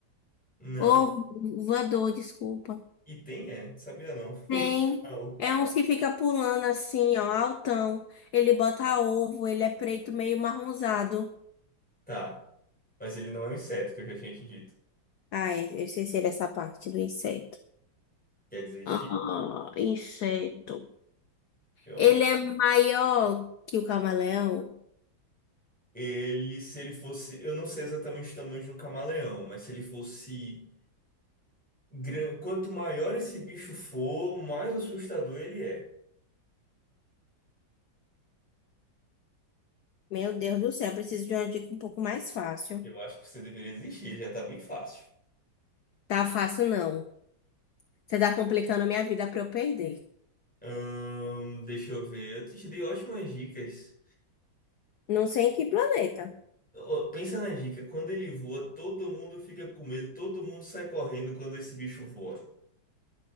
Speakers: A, in the centre; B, on the left (about 60°).
A: Não.
B: Ou voador, desculpa.
A: E tem, é? Sabia não. <laughs>
B: Tem.
A: Não.
B: É uns que fica pulando assim, ó, altão. Ele bota ovo, ele é preto, meio marronzado.
A: Tá. Mas ele não é um inseto, que eu já tinha te dito.
B: Ah, é, eu sei se ele é essa parte do inseto.
A: Quer dizer, chi-
B: Ah, inseto.
A: eu
B: Ele
A: acho.
B: é maior que o camaleão?
A: Ele, se ele fosse. Eu não sei exatamente o tamanho de um camaleão, mas se ele fosse. grande, Quanto maior esse bicho for, mais assustador ele é.
B: Meu Deus do céu, eu preciso de uma dica um pouco mais fácil.
A: Eu acho que você deveria desistir, já tá bem fácil.
B: Tá fácil, não. Você tá complicando a minha vida pra eu perder.
A: Hum, deixa eu ver. Eu te dei ótimas dicas.
B: Não sei em que planeta.
A: Ó, Pensa na dica, quando ele voa, todo mundo fica com medo, todo mundo sai correndo quando esse bicho voa.